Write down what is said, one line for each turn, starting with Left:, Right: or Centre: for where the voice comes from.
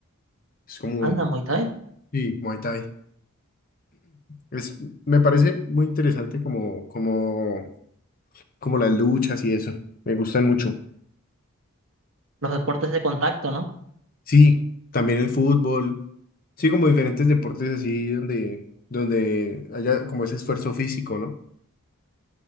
Left: Es como,
Right: Anda, Muay Thai.
Left: sí, Muay Thai. Es, me parece muy interesante como, como, como las luchas y eso. Me gustan mucho.
Right: Los deportes de contacto, ¿no?
Left: Sí, también el fútbol. Sí, como diferentes deportes así donde, donde haya como ese esfuerzo físico, ¿no?